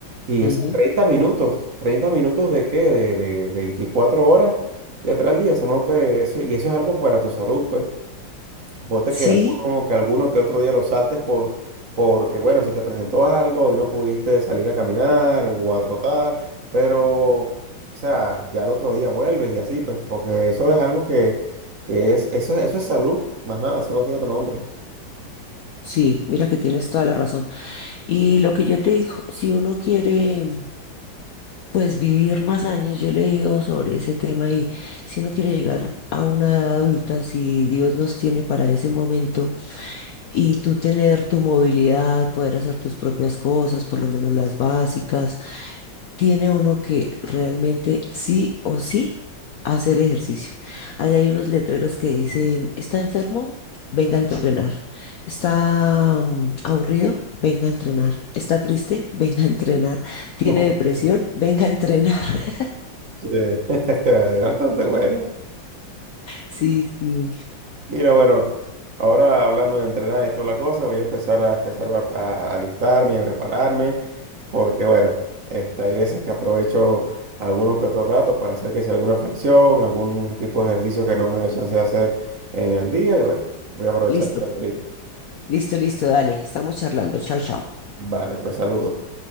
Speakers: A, on the right; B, on the left.
A: Y
B: ujú.
A: o sea, 30 minutos, 30 minutos de qué, de, de 24 horas, ya trae al día, eso no te, eso, y eso es algo para tu salud, pues. Ponte
B: Sí,
A: que alguno, que alguno que otro día lo saltes por, porque, bueno, se te presentó algo y no pudiste salir a caminar o a trotar, pero, o sea, ya al otro día vuelves y así, pues, porque eso es algo que, que es, eso, es- eso es salud, más nada, eso no tiene otro nombre.
B: sí, mira que tienes toda la razón. Y lo que yo te digo, si uno quiere, pues vivir más años, yo he leído sobre ese tema y si uno quiere llegar a una edad adulta, si Dios nos tiene para ese momento y tú tener tu movilidad, poder hacer tus propias cosas, por lo menos las básicas, tiene uno que realmente sí o sí hacer ejercicio. Allá hay unos letreros que dicen, ¿está enfermo? Venga a entrenar. ¿Está mm, aburrido? Venga a entrenar. ¿Está triste? Venga a entrenar. ¿Tiene
A: <laughs>
B: depresión? Venga a entrenar. <laughs>
A: Sí, <laughs> es bastante bueno.
B: Sí, sí.
A: Mira, bueno, ahora hablando de entrenar y toda la cosa, voy a empezar a empezar a, a alistarme, y a prepararme, porque bueno, este, hay veces que aprovecho algunos que otro rato para hacer que sea alguna flexión, algún tipo de ejercicio que no me da chance de hacer en el día, y bueno, voy a aprovechar
B: Listo,
A: de hacerlo ahorita.
B: listo, listo, dale. Estamos charlando. Chao, chao.
A: Vale, pues saludos.